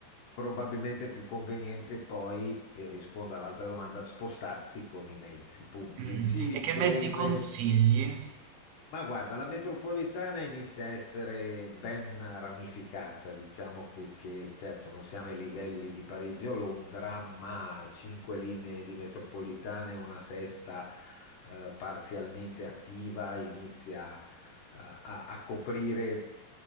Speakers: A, on the left; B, on the right.
A: probabilmente più conveniente poi, e rispondo all'altra domanda, spostarsi con i mezzi pubblici
B: mm, E che
A: dove
B: mezzi consigli?
A: Ma guarda, la metropolitana inizia a essere ben ramificata, diciamo che, che, certo non siamo ai livelli di Parigi o Londra, ma cinque linee di metropolitane, una sesta eh, parzialmente attiva, inizia a, a- a coprire